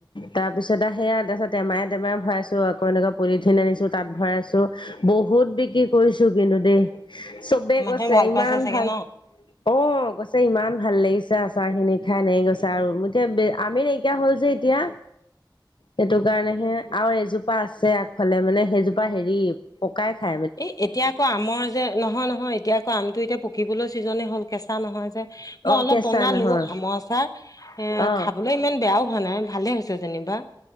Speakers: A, on the left (about 75°); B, on the left (about 45°).
A: তাৰ পিছত সেয়া তাৰপিছত টেমাই টেমাইে ভৰাইছোঁ আকৌ এনেকুৱা পলিথিন আনিছোঁ তাত ভৰাইছোঁ। বহুত বিক্ৰী কৰিছোঁ কিন্তু দেই চবে
B: মানুহে
A: কৈছে
B: ভাল
A: ইমান
B: পাইছে চাগে
A: ভাল
B: ন?
A: অ, গৈছে ইমান ভাল লাগিছে আচাৰ খিনি খাই ন গৈছে আৰু এতিয়া আমি নেকি কিয় হ'ল যে এতিয়া। সেইটো কাৰণে হে আৰু এজোপা আছে আগফালে মানে সেইজোপা হেৰি পকাই খায়।
B: এ এতিয়া আকৌ আমৰ যে নহয় নহয় এতিয়া আকৌ আমটো এতিয়া পকিবলৈ ছিজনেই হ'ল কেঁচা নহয় যে। মই
A: অ',
B: অলপ
A: কেঁচা
B: বনালো
A: নহয়
B: আমৰ আচাৰ এ
A: অ',
B: খাবলৈ ইমান বেয়াও হোৱা নাই ভালে হৈছে। হৈছে যেনিবা।